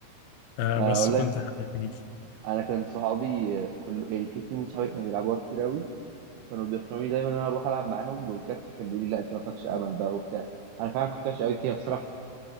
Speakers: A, on the left; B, on the right.
A: أه
B: انا
A: بس
B: اقول
A: كنت
B: لك
A: حبيب
B: انا كان صحابي آه، كل يعني في اتنين من صحابي كانوا بيلعبوها كتير قوي كانوا بيقنعوني دايما ان انا اروح العب معاهم والكابتن كان بيقول لي لا انت ما فيكش امل بقى وبتاع انا فعلا كنت وحش قوي فيها بصراحه <laughs>